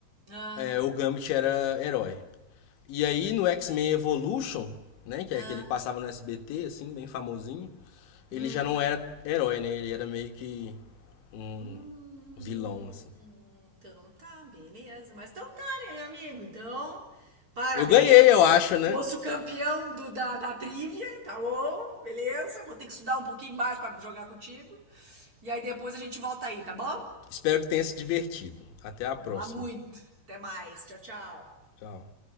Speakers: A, on the right; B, on the left.
A: Ah,
B: é, o Gambit era herói. E aí no X-Men Evolution, né, que
A: ah,
B: é aquele que passava no SBT, assim, bem famosinho,
A: hum.
B: ele já não era herói, né? Ele era meio que um
A: Hum,
B: vilão, assim.
A: então tá, beleza. Mas então tá, né, meu amigo? Então, parabéns.
B: Eu ganhei, eu acho, né?
A: Fosse o campeão do, da, da trivia, tá bom? Beleza. Vou ter que estudar um pouquinho mais pra jogar contigo. E aí depois a gente volta aí, tá bom?
B: Espero que tenha se divertido. Até a próxima.
A: Vá muito. Até mais. Tchau, tchau.
B: Tchau.